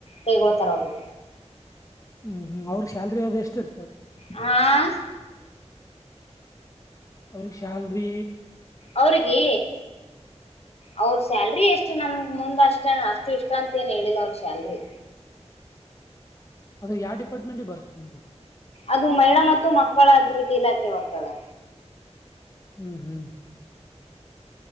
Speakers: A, on the left; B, on the left.
A: ಕೈಗೊಳ್ತಾರ ಅವರು
B: ಹ್ಮ್ ಹ್ಮ್ ಅವ್ರ ಸ್ಯಾಲರಿ ಅದ ಎಷ್ಟ ರೀ
A: ಹಾ
B: ಅವ್ರಿಗೆ ಸ್ಯಾಲರಿ
A: ಅವ್ರಗೀ ಅವ್ರ ಸ್ಯಾಲ್ರಿ ಎಷ್ಟು ನಮ ಮುಂದ ಅಷ್ಟ ಅಷ್ಟು ಇಷ್ಟ ಅಂತ ತ್ಯನ ಹೇಳಿಲ್ಲ ಅವರ್ ಸ್ಯಾಲರಿ
B: ಅದು ಯಾವ ಡಿಪಾರ್ಟ್ಮೆಂಟ್ ಬರುತ್ತ ನಿಮ್ದು
A: ಅದು ಮಹಿಳಾ ಮತ್ತು ಮಕ್ಕಳ ಅಭಿವೃದ್ಧಿ ಇಲಾಖೆ ಬರ್ತದೆ
B: ಹ್ಮ್ ಹ್ಮ್